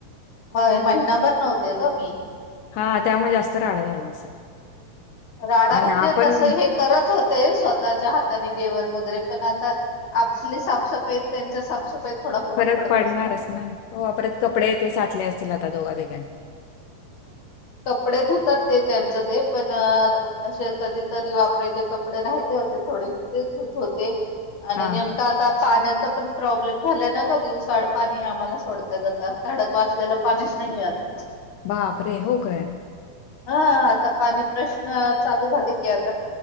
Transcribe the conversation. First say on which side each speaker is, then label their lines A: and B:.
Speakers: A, on the left; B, on the left.
A: म महिनाभर नव्हते ग मी.
B: हां, त्यामुळे जास्त राडा झाला असेल.
A: <inaudible> राडा,
B: आणि
A: म्हणजे
B: आपण
A: तस हे करत होते स्वतःच्या हाताने जेवण वगैरे पण, आता आपली साफसफाईत त्यांच्या साफसफाईत थोडा
B: फरक
A: पडत
B: पडणारच
A: असता.
B: ना हो परत कपडे
A: हम्म.
B: ते साठले असतील आता दोघां <unintelligible>
A: कपडे धुतात ते त्यांचं ते पण असे कधीतरी वापरायचे कपडे राहिले होते थोडेसे तेच धुत होते. आणि
B: हां.
A: नेमका
B: हो.
A: आता पाण्याचा पण प्रॉब्लेम झालाय ना ग दिवसाड पाणी आम्हाला सोडतायत आता खडक वासलेला पाणीच नाहिए आता
B: बापरे! हो काय?
A: हा आता पाणी प्रश्न चालू झाले की आता